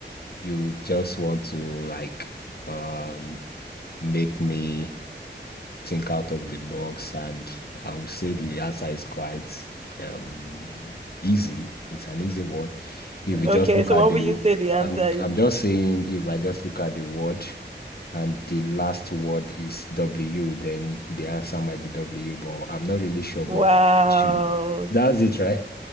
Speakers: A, on the left (about 55°); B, on the right (about 35°).
A: you just want to like um make me think out of the box, and I would say the answer is quite um easy. It's an easy one. If you
B: Okay,
A: just look
B: so
A: at
B: what
A: the,
B: will
A: wo-
B: you say the answer
A: I'm
B: is?
A: I'm just saying if I just look at the word and the last word is W, then the answer might be W, but I'm not really sure, but
B: Wow.
A: it should. That's it, right?